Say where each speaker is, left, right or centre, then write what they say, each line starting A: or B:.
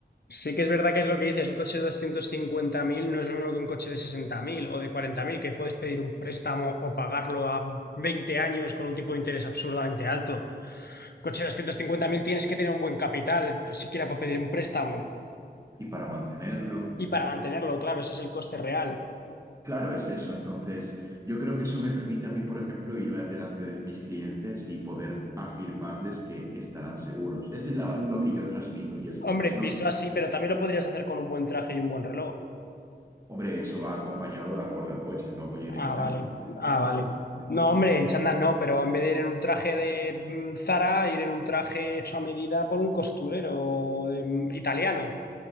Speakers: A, on the left; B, on the right.
A: Sí que es verdad que es lo que dices, un coche de 250.000 no es lo mismo que un coche de 60.000 o de 40.000 que puedes pedir un préstamo o pagarlo a 20 años con un tipo de interés absurdamente alto. Coche de 250.000 tienes que tener un buen capital, siquiera para pedir un préstamo
B: y para mantenerlo.
A: y para mantenerlo, claro, ese es el coste real.
B: Claro, es eso. Entonces, yo creo que eso me permite a mí, por ejemplo, ir delante de mis clientes y poder afirmarles que estarán seguros. Es la- lo que yo transmito y es,
A: Hombre,
B: es
A: visto
B: lo que...
A: así, pero también lo podrías hacer con un buen traje y un buen reloj.
B: Hombre, eso va acompañado de acorde al coche, no voy a
A: Ah,
B: ir en chándal,
A: vale.
B: <laughs>
A: Ah, vale.
B: obviamente,
A: No, hombre, en chándal no, pero en vez de ir en un traje de mm, Zara, ir en un traje hecho a medida por un costurero de- mm, italiano.